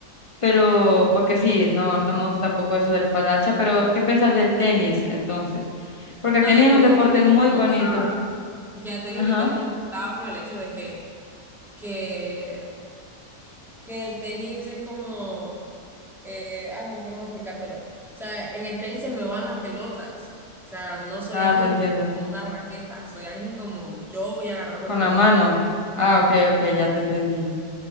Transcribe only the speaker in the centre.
No,
ya
te
dije
que el tenis
no me
gustaba. Es que ya te dije
que el tenis no me gustaba por el hecho de que, que, que el tenis es como, eh, ah, no sé cómo explicártelo. O sea, en el tenis se me van las pelotas. O sea, no soy
ágil
con una raqueta, soy ágil como yo voy a agarrar la
pelota.
la cual